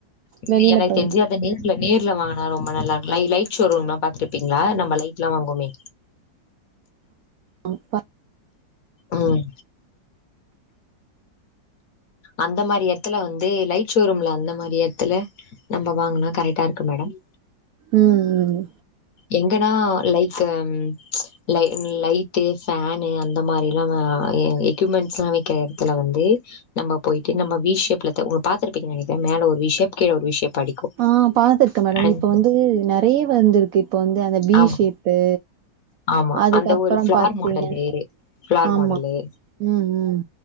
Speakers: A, on the left (about 60°); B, on the right (about 75°).
A: இல்லீ
B: வெளில
A: எனக்கு
B: போய்
A: தெஞ்சி அத நே ர்ல நேர்ல வாங்குனா ரொம்ப நல்லா இரு லை லைட் ஷோரூம் லா பாத்துருபீங்களா நம்ம லைட் லா வாங்குவோமே?
B: ம் பா
A: ம் அந்த மாரி எடத்துல வந்து லைட் ஷோரூம்ல அந்த மாரி எடத்துல நம்ம வாங்குனா கரெக்ட்டா இருக்கு மேடம்
B: ம் ம்
A: எங்கன்னா லைக்ஸ் ம் லை லைட்டு ஃபேனு அந்த மாரிலா அ எ எக்யூப்மெண்ட்ஸ்லா விக்கிற எடத்துல வந்து நம்ம போயிட்டு நம்ம வீ ஷேப்ல த உங்க பாத்துருப்பீங்கனு நினைக்க மேல ஒரு வீ ஷேப் கீழ ஒரு வீ ஷேப் அடிக்கு
B: ஆ பாத்திருக்கே மேடம்
A: அண்ட்
B: இப்ப வந்து நெறைய வந்திருக்கு இப்ப வந்து அந்த பி
A: ஆமா
B: ஷேப்பு
A: ஆமா
B: அதுக்கப்புறோ
A: அந்த ஒரு ஃப்ளார்
B: பாத்தீங்க
A: மாடலு ஃப்ளார்
B: ஆமா
A: மாடலு
B: ம் ம்